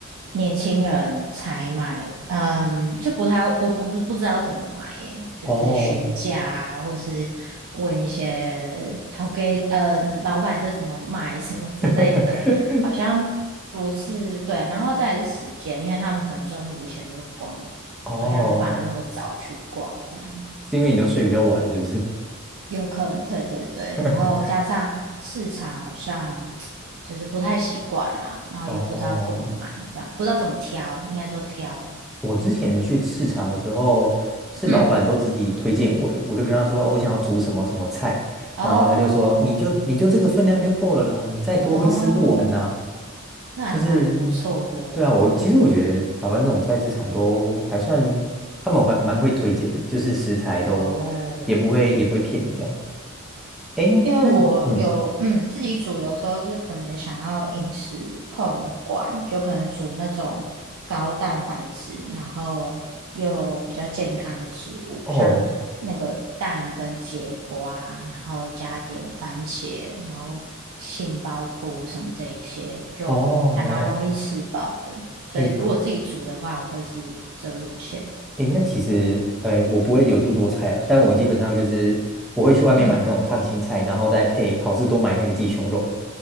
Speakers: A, on the right; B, in the centre.
A: 年轻人才买，嗯，就不太不不不知道怎么买耶，就是询价啊，
B: 哦，
A: 或是问一些淘给呃老板这怎么买什么之类的，
B: <laughs>
A: 好像不是对啊，然后再来是时间，因为他们可能中午以前就关，
B: 哦，
A: 好像没办法那么早去逛这样。
B: 是因为你都睡比较晚，是不是？
A: 有可能，对对对，
B: <laughs>
A: 然后加上市场好像就是不太习惯啦，然后也不知道怎么买，
B: 哦。
A: 这样不知道怎么挑，应该说挑，
B: 我之前去市场的时候，是老板都自己推荐我耶我就跟他说，
A: 嗯，
B: 哦我想要煮什么什么菜，
A: 哦
B: 然后他就说，你就你就这个分量就够了啦，你再多会吃不完呐、
A: 哦，那还蛮不错的
B: 就是，对啊，我其实我觉得台湾这种菜市场都还算，他们还蛮会推荐的，就是食材都也不会也不会骗你这样。
A: 哦。
B: 诶，
A: 因为我有嗯自己煮，
B: 那嗯，
A: 有时候是可能想要饮食控管，就可能煮那种高蛋白质，然后又比较健康的食物，
B: 哦
A: 像那个蛋跟节瓜，然后加点番茄，然后杏鲍菇什么这一些，就还蛮容易吃饱的。
B: 哦，
A: 所以如果自己煮的话，
B: 诶，
A: 我会是这路线。
B: 诶，那其实，诶，我不会有这么多菜啊，但我基本上就是我会去外面买那种烫青菜，
A: 嗯，
B: 然后再配好事多买那个鸡胸肉，